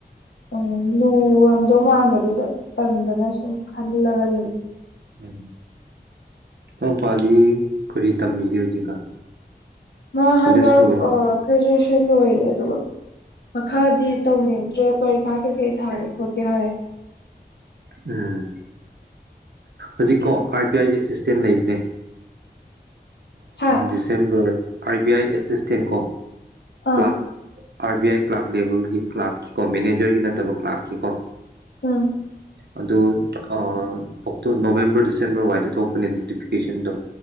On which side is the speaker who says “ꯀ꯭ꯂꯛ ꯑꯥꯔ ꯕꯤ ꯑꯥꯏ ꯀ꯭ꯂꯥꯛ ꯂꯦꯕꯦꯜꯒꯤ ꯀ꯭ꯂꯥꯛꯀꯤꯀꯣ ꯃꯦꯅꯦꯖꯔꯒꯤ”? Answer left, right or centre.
Right